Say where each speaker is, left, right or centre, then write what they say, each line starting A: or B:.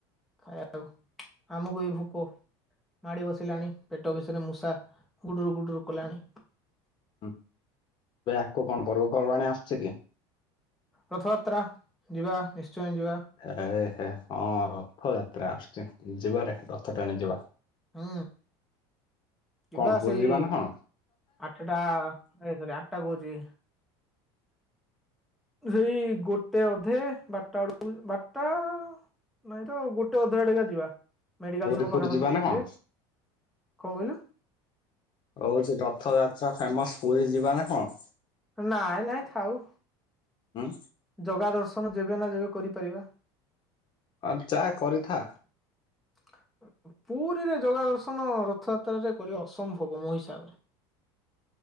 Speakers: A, in the centre; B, on the left.
A: ଖାଇଆ ଆକୁ ଆମକୁ ବି ଭୋକ ମାଡି ବସିଲାଣି ପେଟ ବିଷୟରେ ମୂଷା ଗୁଡୁରୁ ଗୁଡୁରୁ କଲାଣି।
B: ହୁଁ ଏ ଆଗକୁ କଣ ପର୍ବପବାଣୀ ଆସୁଚି କି?
A: ରଥଯାତ୍ରା ଯିବା ନିଶ୍ଚୟ ଯିବା।
B: ଏ ହେ ହଁ ରଥଯାତ୍ରା ଆସୁଛି ଯିବାରେ ରଥ ଟାଣି ଯିବା।
A: ହୁଁ। ଯିବା
B: କଣ ପୁରୀ
A: ସେଇ
B: ନା କଣ?
A: ଆଠଟା ଏ ସରି ଆଠଟା କହୁଚି ସେଇ ଗୋଟେ ଅଧେ ବାରଟାବେଳକୁ ବାରଟା ନାଇଁ ତ ଗୋଟେ ଅଧେ ଆଡେକେ ଯିବା ମେଡିକାଲ
B: ପୁରୀ
A: ଛକ
B: ଫୁରୀ
A: ପାଖାପାଖି
B: ଯିବା
A: ହେଇ
B: ନା
A: ଯାଇଥିବେ
B: କଣ?
A: କଣ କହିଲୁ?
B: ଆଉ ସେ ରଥଯାତ୍ରା ଫେମସ ପୁରୀ ଯିବା ନା କଣ?
A: ନାଇଁ ନାଇଁ ଥାଉ।
B: ଉଁ।
A: ଜଗା ଦର୍ଶନ ଯେବେ ନା ଯେବେ କରିପାରିବା।
B: ଆ ଚା କରିଥା।
A: <unintelligible> ପୁରୀରେ ଯଗା ଦର୍ଶନ ରଥଯାତ୍ରାରେ କରିବା ଅସମ୍ଭବ ମୋ ହିସାବରେ।